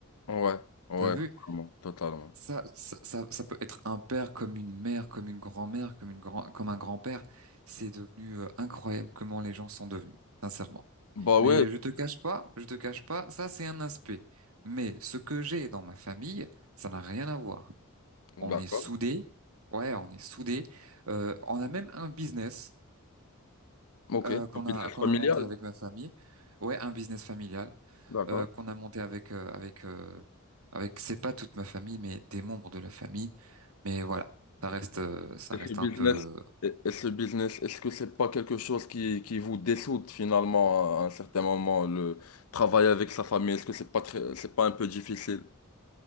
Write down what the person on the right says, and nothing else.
T'as vu?
Ça, ça, ça, ça peut être un père comme une mère, comme une grand-mère, comme une grand, comme un grand-père. C'est devenu euh, incroyable comment les gens sont devenus, sincèrement.
Mais
je te cache pas, je te cache pas, ça c'est un aspect. Mais ce que j'ai dans ma famille, ça n'a rien à voir. On
est soudés. Ouais, on est soudés. Euh, on a même un business.
euh,
qu'on
a qu'on
a monté avec ma famille. Ouais, un business familial
euh, qu'on a monté avec euh, avec euh, avec c'est pas toute ma famille mais des membres de la famille. Mais voilà, ça reste euh, ça
reste
un peu.